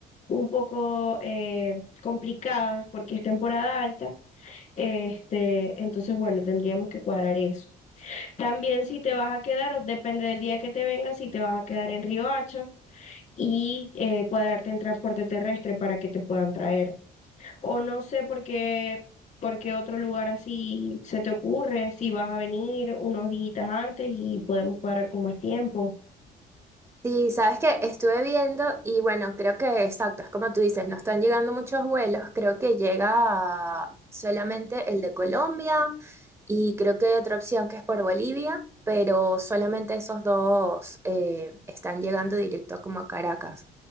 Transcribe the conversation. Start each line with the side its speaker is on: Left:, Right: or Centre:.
Left: un poco eh, complicadas porque es temporada alta. Este, entonces, bueno, tendríamos que cuadrar eso. También si te vas a quedar, o depende del día que te vengas, si te vas a quedar en Río Hacha y eh, cuadrarte en transporte terrestre para que te puedan traer. O no sé por qué, por qué otro lugar así se te ocurre, si vas a venir unos días antes y podemos cuadrar con más tiempo.
Right: Sí, sabes que estuve viendo y bueno, creo que exacto, es como tú dices, no están llegando muchos vuelos, creo que llega solamente el de Colombia y creo que hay otra opción que es por Bolivia, pero solamente esos dos eh, están llegando directo como a Caracas.